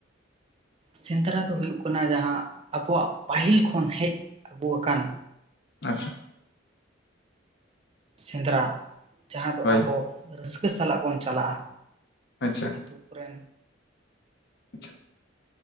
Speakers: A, on the right; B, on the left.
A: ᱥᱮᱸᱱᱫᱨᱟ ᱫᱚ ᱦᱩᱭᱩᱜ ᱠᱟᱱᱟ ᱡᱟᱦᱟᱸ ᱟᱠᱚᱣᱟᱜ ᱯᱟᱹᱦᱤᱞ ᱠᱷᱚᱱ ᱦᱮᱡ ᱟᱹᱜᱩ ᱟᱠᱟᱱ
B: ᱟᱪᱪᱷᱟ,
A: ᱥᱮᱸᱱᱫᱨᱟ ᱡᱟᱦᱟᱸ ᱫᱚ
B: ᱦᱳᱭ
A: ᱟᱵᱚ ᱨᱟᱹᱥᱠᱟᱹ ᱥᱟᱞᱟᱜ ᱵᱚᱱ ᱪᱟᱞᱟᱜᱼᱟ᱾
B: ᱟᱪᱪᱷᱟ᱾
A: ᱟᱹᱛᱩ ᱠᱚᱨᱮᱱ
B: <inaudible>